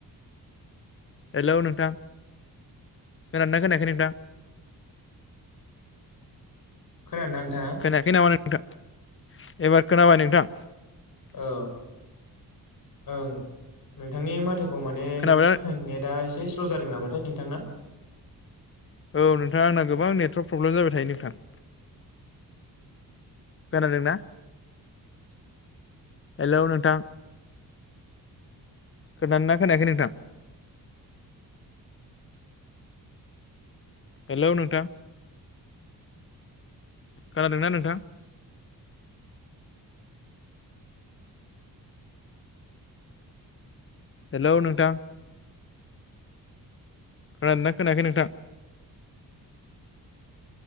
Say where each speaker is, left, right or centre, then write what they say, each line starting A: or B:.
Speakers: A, on the left; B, on the left.
A: हेलौ नोंथां। खोनादोंना खोनायाखै नोंथां?
B: खोनादोंना नोंथाङा?
A: खोनायाखै नामा नोंथां एबार खोनाबाय नोंथां।
B: औ ओं नोंथांनि मा थोखौ माने
A: खोनाबायना
B: नेटआ एसे स्ल' जादों नामाथाय नोंथांना
A: औ नोंथाङा आंना गोबां नेटवर्क प्रब्लेम जाबाय थायो नोंथां। खोनादोंना हेलौ नोंथां। खोनादों ना खोनायाखै नोंथां? हेल' नोंथां खोनादोंना नोंथां? हेलौ नोंथां खोनादोना खोनायाखै नोंथां?